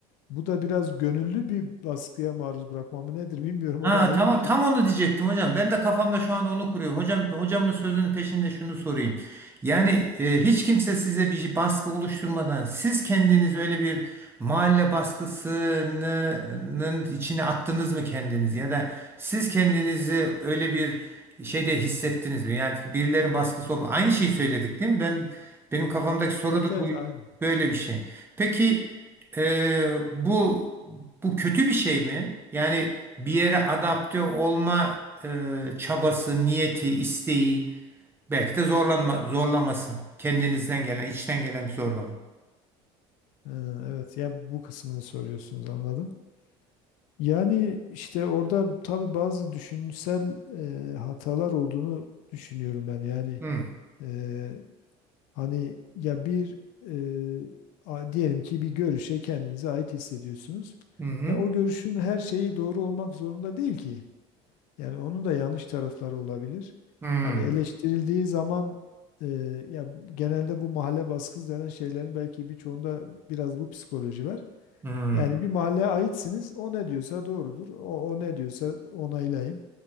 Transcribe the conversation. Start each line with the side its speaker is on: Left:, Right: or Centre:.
Left: bu da biraz gönüllü bir baskıya maruz bırakmamı nedir bilmiyorum.
Right: ha
Left: O da ayrı
Right: tamam
Left: bir şey.
Right: tam onu diyecektim hocam. Ben de kafamda şu an onu kuruyorum. Hocam hocamın sözünün peşinde şunu sorayım. Yani e, hiç kimse size bir baskı oluşturmadan siz kendiniz öyle bir mahalle baskısının içine attınız mı kendinizi ya da siz kendinizi öyle bir şeyde hissettiniz mi? Yani birilerinin baskısı olma. Aynı şeyi söyledik değil mi? Ben benim kafamdaki soru
Left: Evet
Right: da
Left: evet
Right: bu.
Left: aynı.
Right: Böyle bir şey. Peki e, bu bu kötü bir şey mi? Yani bir yere adapte olma e, çabası, niyeti, isteği, belki de zorlanma, zorlaması. Kendinizden gelen, içten gelen bir zorlama.
Left: Ee, Evet ya bu kısmını soruyorsunuz anladım. Yani işte orada tabii bazı düşünsel e, hatalar olduğunu düşünüyorum ben. Yani
Right: Hı
Left: e, hani ya bir e, a- diyelim ki bir görüşe kendinize ait hissediyorsunuz.
Right: hı hı.
Left: Ya o görüşün her şeyi doğru olmak zorunda değil ki. Yani onun da yanlış tarafları olabilir.
Right: hı,
Left: Hani eleştirildiği zaman e, ya genelde bu mahalle baskısı denen şeylerin belki birçoğunda biraz bu psikoloji var.
Right: hı.
Left: Yani bir mahalleye aitsiniz. O ne diyorsa doğrudur. O, o ne diyorsa onaylayın.